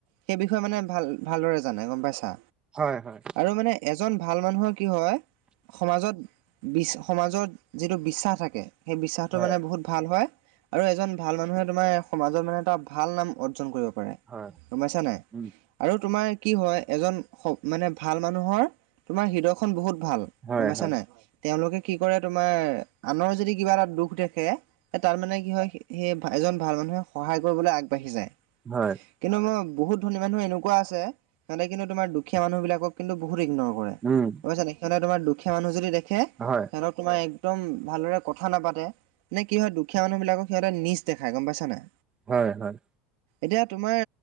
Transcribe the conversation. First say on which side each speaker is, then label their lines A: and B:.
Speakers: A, on the right; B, on the right.
A: সেই বিষয়ে মানে ভাল ভালদৰে জানে, গম পাইছা?
B: হয় হয়।
A: আৰু মানে এজন ভাল মানুহৰ কি হয়, সমাজত বিচ সমাজত যিটো বিশ্বাস থাকে, সেই বিশ্বাসটো
B: হয়
A: মানে বহুত ভাল হয়। আৰু এজন ভাল মানুহে তোমাৰ সমাজত মানে এটা ভাল নাম অৰ্জন কৰিব পাৰে,
B: হয়
A: গমা পাইছা নাই?
B: উম,
A: আৰু তোমাৰ কি হয় এজন মানে ভাল মানুহৰ তোমাৰ হৃদয়খন বহুত ভাল,
B: হয়
A: গম পাইছা
B: হয়
A: নাই? তেওঁলোকে কি কৰে তোমাৰ, আনৰ যদি কিবা এটা দুখ দেখে এ তাত মানে কি হয়, সেই এজন ভাল মানুহে সহায় কৰিবলৈ আগবাঢ়ি যায়।
B: হয়
A: কিন্তু মই বহুত ধনী মানুহ এনেকুৱা আছে, সিহতে কিন্তু তোমাৰ দু দুখীয়া মানুহবিলাকক কিন্তু বহুত ইগনৰ কৰে। গম
B: উম,
A: পাইছা নাই সিহঁতে তোমাৰ দুখীয়া মানুহ যদি দেখে
B: হয়
A: সিহঁতক তোমাৰ একদম ভালদৰে কথা নাপাতে নে কি হয় দুখীয়া মানুহ বিলাকক সিহঁতে নিজ দেখাই গম পাইছা নাই।
B: হয় হয়
A: এতিয়া তোমাৰ